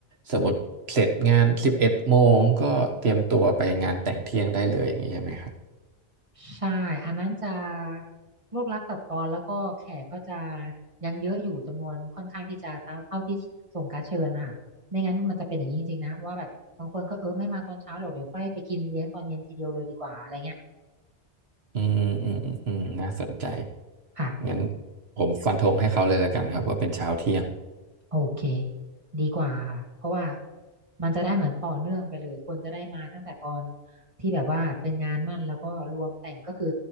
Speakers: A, on the right; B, on the right.
A: สมมติเสร็จงานสิบเอ็ดโมงก็เตรียมตัวไปงานแต่งเที่ยงได้เลยอย่างนี้ใช่ไหมครับ
B: ใช่อันนั้นจะรวบรัดตัดตอนแล้วก็แขกก็จะยังเยอะอยู่จำนวนค่อนข้างที่จะเท่าเท่าที่ส่งการ์ดเชิญนะคะไม่งั้นมันจะเป็นอย่างนี้จริงๆนะเพราะว่าแบบบางคนก็เออไม่มาตอนเช้าหรอกเดี๋ยวค่อยไปกินเลี้ยงตอนเย็นทีเดียวเลยดีกว่าอะไรเงี้ย
A: อืมอืมอืมน่าสนใจ
B: ค่ะ
A: งั้นผมฟันธงให้เขาเลยแล้วกันครับว่าเป็นเช้าเที่ยง
B: โอเคดีกว่าค่ะเพราะว่ามันจะได้เหมือนต่อเนื่องไปเลยคนจะได้มาตั้งแต่ตอนที่แบบว่าเป็นงานมั่นแล้วก็รวมแต่งก็คือ